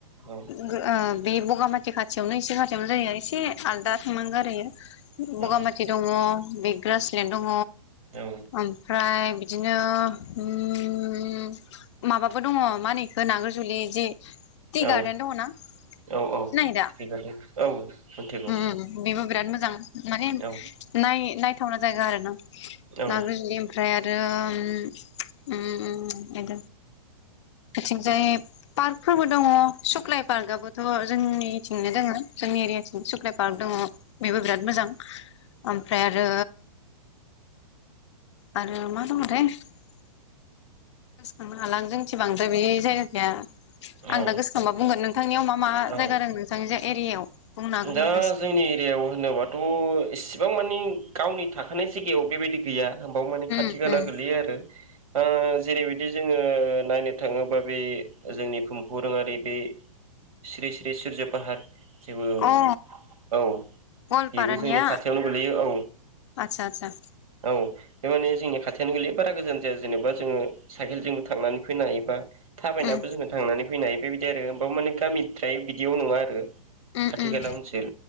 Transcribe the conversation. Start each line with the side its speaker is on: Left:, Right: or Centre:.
Right: औ
Left: गो ओ बे बगामाथि खाथियावनो इसे खाथियावनो जायो एसे आलदा थांनांगौ आरो इयो। बगामाथि
Right: औ
Left: दङ बे ग्रासलेण्ड दङ
Right: औ
Left: ओमफ्राय बिदिनो उम माबाबो दङ मा होनोखौ नागा जुलि जि टिगार्डेन
Right: औ
Left: दङना?
Right: औ औ
Left: सिनायो दा
Right: बेबादि औ मिथिगौ
Left: उम बेबो बिराद मोजां। माने
Right: औ
Left: नाय नायथावना जायगा आरो ना
Right: औ
Left: नागाजुलि ओमफ्राय आरो रो ओम उम आथिंजाय पार्कफोरबो दङ सुख्लाय पार्क आबोथ' जोंनिथिंनो दोङो जोंनि एरियाथिं सुख्लाय पार्क दङ बेबो बिराद मोजां। ओमफ्राय आरो आरो मा दंङथाय गोसोखांनो हालां जोंथि बांद्राय बे जायगागैया।
Right: औ
Left: आं दा गोसोखांबा बुंगोन नोंथांनियाव मा मा
Right: औ
Left: जायगा रं नोंथांनि जा एरियायाव? बुंनो हागोन
Right: दा
Left: नामा एसे
Right: जोंनि एरियायाव होनोबाथ' इसेबां मानि गावनि थाखानाय जायगायाव बेबायदि गैया होमबाव माने
Left: उम
Right: खाथि खाला
Left: उम
Right: गोलैयो आरो ओ जेरैबायदि जोङो नायनो थाङोबा बे जोंनि भुमखौराङारि बे सिरि सिरि सिरजा फाहार जेबौ
Left: अ
Right: औ
Left: गवालपारानिया
Right: बेबो जोंनि खाथियावनो गोलैयो औ
Left: आतसा आतसा
Right: औ बे माने जोंनि खाथिआनो गोलैयो बारा गोजान जाया जेनेबा जोङो साइकेलजोंबो थांनानै फैनो हायोबा थाबायनाबो
Left: उम
Right: जोङो थांनानै फैनो हायो बेबायदि आरो होमबाब माने गामिद्राय बिदियाव नङा आरो।
Left: उम
Right: खाथि
Left: उम
Right: खाला ओनसोल